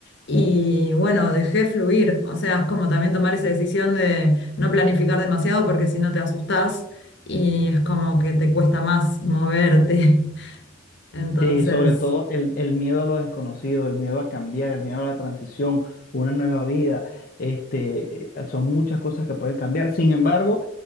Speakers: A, on the left (about 65°); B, on the left (about 50°).
A: y bueno, dejé fluir. O sea, es como también tomar esa decisión de no planificar demasiado porque si no te asustás y es como que te cuesta más moverte. <laughs> Entonces,
B: Sí, sobre todo el, el miedo a lo desconocido, el miedo a cambiar, el miedo a la transición, una nueva vida, este, son muchas cosas que pueden cambiar. Sin embargo,